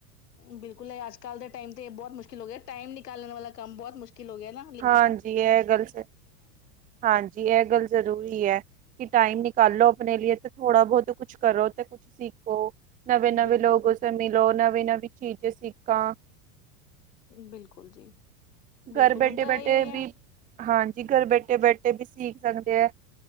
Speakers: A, on the left; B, on the right.
A: ਬਿਲਕੁੱਲ ਏ ਅੱਜ ਕੱਲ੍ਹ ਦੇ ਟਾਈਮ ਤੇ ਬੋਤ ਮੁਸ਼ਕਿਲ ਹੋ ਗਿਆ, ਟਾਈਮ ਨਿਕਾਲਣ ਵਾਲਾ ਕੰਮ ਬੋਤ ਮੁਸ਼ਕਿਲ ਹੋ ਗਿਆ ਨਾ।
B: ਹਾਂਜੀ ਐ ਗੱਲ ਸ ਹਾਂਜੀ, ਐ ਗੱਲ ਜ਼ਰੂਰੀ ਐ ਕੀ ਟਾਈਮ ਨਿਕਾਲੋ ਆਪਣੇ ਲੀਏ ਥੋੜਾ ਬਹੁਤ ਕੁਛ ਕਰੋ ਤੇ ਕੁਛ ਸਿੱਖੋ ਨਵੇਂ- ਨਵੇਂ
A: ਬਿਲਕੁਲ,
B: ਲੋਕੋ ਲੋ ਨਵੀਂ -ਨਵੀਂ ਚੀਜ਼ਾਂ ਸਿੱਖਾਂ।
A: ਬਿਲਕੁਲ ਜੀ। ਬਿਲਕੁਲ
B: ਘਰ ਬੈਠੇ-
A: ਹੁਣ ਤਾਂ
B: ਬੈਠੇ
A: ਇਹੀ ਹੋਈ ਹੈ
B: ਵੀ, ਹਾਂਜੀ, ਘਰ ਬੈਠੇ- ਬੈਠੇ ਵੀ ਸਿੱਖ ਸਕਦੇ ਆ।